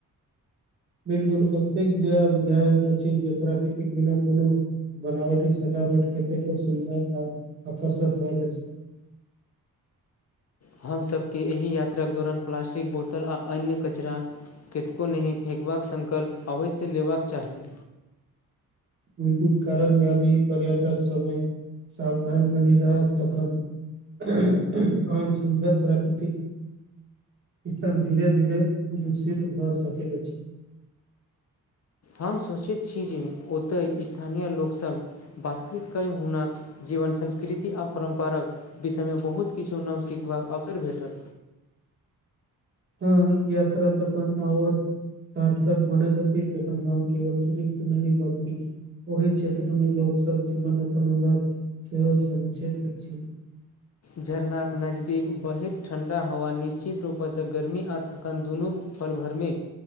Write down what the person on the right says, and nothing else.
बिल्कुल ओतेक जे बुझायत जे प्राकृतिक बिना कोनो बनावटी सजावट कतेको सुन्दर आ आकर्षक होयत अछि
बिल्कुल कारण यदि पर्यटक समय सावधान नहि रहत तखन एहन सुन्दर प्राकृतिक स्थान धीरे धीरे दूषित भऽ सकैत अछि
हँ यात्रा तखन आओर सारथक बनैत अछि जखन हम केवल दृश्य नहि बनती ओहि क्षेत्र मे लोक सब जीवनक अनुभव सेहो समचित अछि